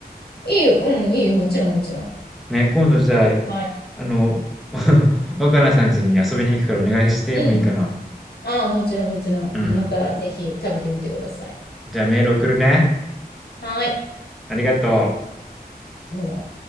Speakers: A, on the left; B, in the centre.
A: いいよ、うん、いいよ、もちろん、もちろん。
B: ね、今度じゃあ、
A: はい。
B: あの、<laughs> 若菜さん家に遊びに行くからお願いしてもいいかな。
A: うん。ああ、もちろん、もちろん。
B: うん。
A: また、ぜひ食べてみてください。
B: じゃあメール送るね。
A: はい。
B: ありがとう。
A: どうも。